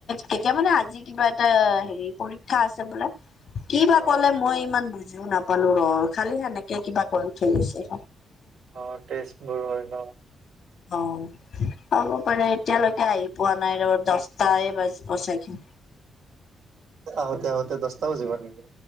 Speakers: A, on the left (about 45°); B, on the right (about 80°).
A: কেতিয়া মানে আজি কিবা এটা হেৰি পৰীক্ষা আছে বোলে। কি বা
B: অ
A: ক'লে মই ইমান বোজি জিও নাপালো ৰ খালি সেনেকে কিবা কৰি থৈ গৈছে।
B: অ টেষ্ট বোৰ হয় ন।
A: অ হ'ব পাৰে এতিয়ালৈকে আহি পোৱা নাই ৰ দচটা এ বাজি ব চাগে।
B: আহোতে আহোতে দহটা বাজিব নেকি?